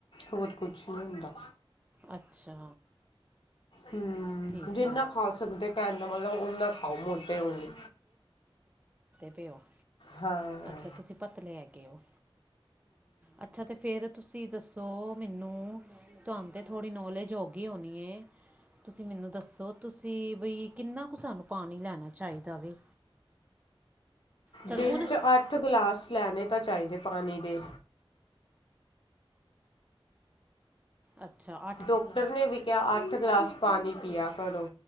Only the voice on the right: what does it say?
ਅੱਛਾ।
ਠੀਕ
ਹੈ
ਪੇ ਓਫ
ਅੱਛਾ ਤੁਸੀਂ ਪਤਲੇ ਹੈ ਗੇ ਓ। ਅੱਛਾ ਤੇ ਫੇਰ ਤੁਸੀਂ ਦੱਸੋ ਮੈਨੂੰ ਤੁਹਾਨ ਤੇ, ਥੋੜੀ ਨੌਲੇਜ ਹੋ ਗਈ ਹੋਣੀ ਐ, ਤੁਸੀਂ ਮੈਨੂੰ ਦੱਸੋ। ਤੁਸੀਂ ਬਈ ਕਿੰਨਾ ਕੁ ਸਾਨੂੰ ਪਾਣੀ ਲੈਣਾ ਚਾਹੀਦਾ ਵੇ, ਸਰਗੁਣ
ਅੱਛਾ ਆ-